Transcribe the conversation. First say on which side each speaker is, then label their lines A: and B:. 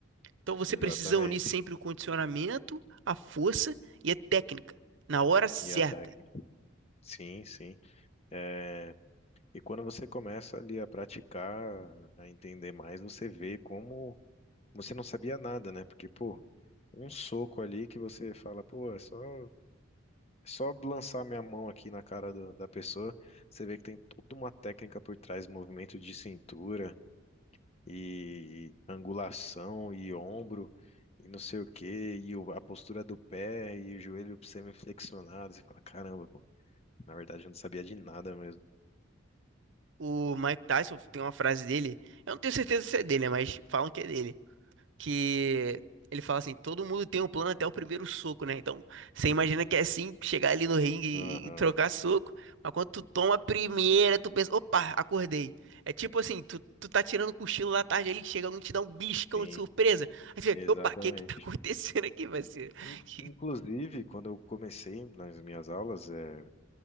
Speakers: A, on the right; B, on the left.
A: Então você
B: exatamente.
A: precisa unir sempre o condicionamento, a força e a técnica na hora certa.
B: E a técnica. Sim, sim. É, E quando você começa ali a praticar, a entender mais, você vê como você não sabia nada, né? Porque, pô, um soco ali que você fala, pô, é só, é só lançar minha mão aqui na cara da da pessoa, você vê que tem toda uma técnica por trás, movimento de cintura. e angulação e ombro e não sei o quê, e o- a postura do pé e o joelho semiflexionado. Você fala, caramba, pô, na verdade eu não sabia de nada mesmo.
A: O Mike Tyson tem uma frase dele, eu não tenho certeza se é dele, né, mas falam que é dele que ele fala assim, todo mundo tem um plano até o primeiro soco, né? Então, você imagina que é assim, chegar ali no ringue e,
B: Aham,
A: e trocar soco, mas quando tu toma a primeira, tu pensa, opa, acordei. É tipo assim, tu, tu tá tirando cochilo da tarde, ele chega alguém e te dá um beliscão
B: sim,
A: de surpresa. Aí tu fica,
B: exatamente.
A: opa, o que que tá <laughs> acontecendo aqui, parceiro? <laughs>
B: In-
A: E-
B: Inclusive, quando eu comecei nas minhas aulas, é,